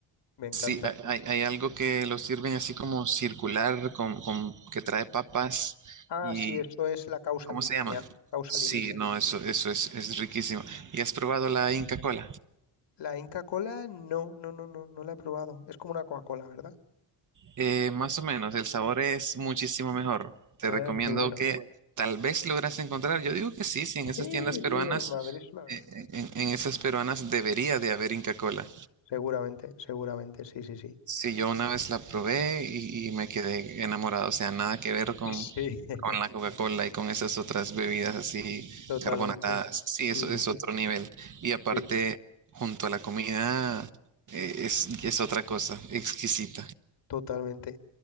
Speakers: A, on the left; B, on the right.
A: Me encanta.
B: Sí, hay, hay- hay algo que lo sirven así como circular, con, con- que trae papas
A: Ah,
B: y
A: sí, eso es la causa
B: ¿cómo
A: limeña.
B: se llama?
A: Causa
B: Sí,
A: limeña.
B: no, eso, eso es, es riquísimo. ¿Y has probado la Inca Cola?
A: La Inca Cola, no, no, no, no, no la he probado. Es como una Coca-Cola, ¿verdad?
B: Eh, más o menos, el sabor es muchísimo mejor. Te
A: Ah,
B: recomiendo
A: qué bueno.
B: Mm, que tal vez logras encontrar. Yo digo que sí, sí, en esas
A: Sí,
B: tiendas peruanas,
A: sí, en Madrid suele haber
B: eh,
A: de todo.
B: en, en esas peruanas debería de haber Inca Cola.
A: Seguramente, seguramente, sí, sí, sí.
B: Sí, yo una vez la probé y, y me quedé enamorado, o sea, nada que ver con,
A: Sí, <laughs>
B: con la Coca-Cola y con esas otras bebidas así
A: totalmente.
B: carbonatadas. Sí,
A: Sí,
B: eso
A: sí,
B: es
A: sí,
B: otro nivel. Y aparte,
A: sí,
B: junto a la comida, eh, es, es otra cosa, exquisita.
A: totalmente,